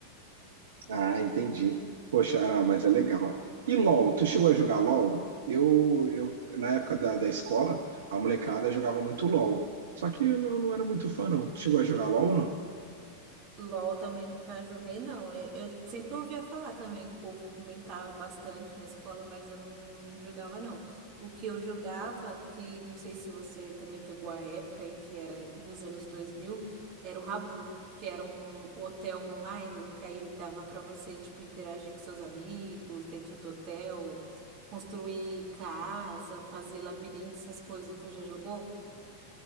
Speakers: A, on the right; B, on the right.
A: Ah, entendi. Poxa, ah, mas é legal. E LOL, tu chegou a jogar LOL? Eu, eu na época da, da escola, a molecada jogava muito LOL. Só que eu não, não era muito fã, não. Tu chegou a jogar LOL, ou não?
B: LOL também nunca joguei, não. Eu, eu sempre ouvia falar também, o povo comentava bastante na escola, mas eu não, não jogava, não. O que eu jogava, que não sei se você também pegou a época aí, que era dos anos 2000 era o Rabu, que era um hotel online, que aí dava para você, tipo, interagir com seus amigos dentro do hotel, construir casa, fazer labirinto, essas coisas. Tu já jogou?